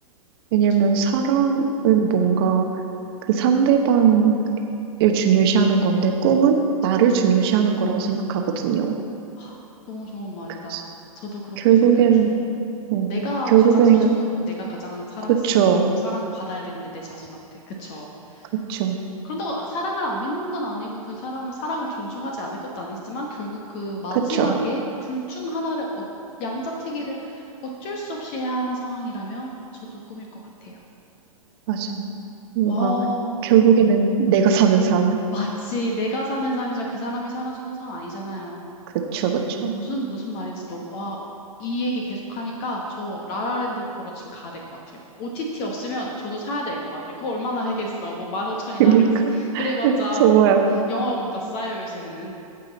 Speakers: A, on the right (about 40°); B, on the left (about 30°).
A: 왜냐면
B: 저-
A: 사랑은 뭔가 그 상대방을 중요시하는 건데 꿈은 나를 중요시하는 거라고 생각하거든요.
B: 아, 너무 좋은 말이다
A: 그래서
B: 저도 그렇게
A: 결국에는,
B: 생각해요
A: 음,
B: 내가
A: 결국에는,
B: 가장 소중하고 내가 가장 사랑스럽고
A: 그쵸,
B: 사랑받아야 되는데 내 자신한테. 그쵸?
A: 그쵸,
B: 그런다고 아- 사랑을 안 믿는 건 아니고 그 사람은 사랑을 존중하지 않을 것도 아니지만 결국 그 마지막에
A: 그쵸,
B: 둘 중 하나를 어, 양자택일을 어쩔 수 없이 해야 하는 상황이라면 저도 꿈일 것 같아요.
A: 맞아요. 뭔가
B: 어,
A: 결국에는
B: 너무
A: 내가 사는 삶,
B: 마치 내가 사는 삶이자 그 사람이 살아주는 삶 아니잖아요.
A: 그쵸, 그쵸.
B: 근데 무슨 무슨 말인지 너무 와, 이 얘기 계속 하니까 저 라라랜드 보러 지금 가야 될 것 같아요. OTT 없으면 저도 사야 될 것 같아요. 그거 얼마나 하겠어? 뭐 15,000이나
A: 그러니까
B: 하겠지.
A: <laughs>
B: 그래봤자
A: 정말
B: 영화관보다 싸요, 요새는.